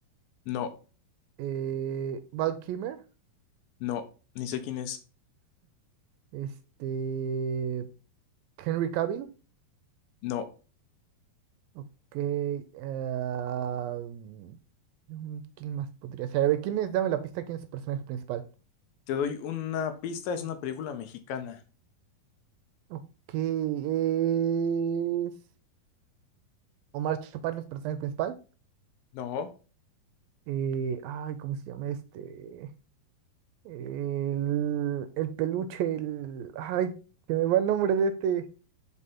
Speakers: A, on the left (about 75°); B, on the right (about 80°).
A: no,
B: eh, Val Kilmer,
A: no. Ni sé quién es.
B: este, Henry Cavill.
A: No.
B: Ok. ah, mm, ¿quién más podría ser? A ver, ¿quién es? Dame la pista, ¿quién es el personaje principal?
A: Te doy una pista, es una película mexicana.
B: Ok, es Omar Chaparro, es el personaje principal.
A: No.
B: Eh, ay, ¿cómo se llama este? El, el peluche, el... Ay, se me va el nombre de este,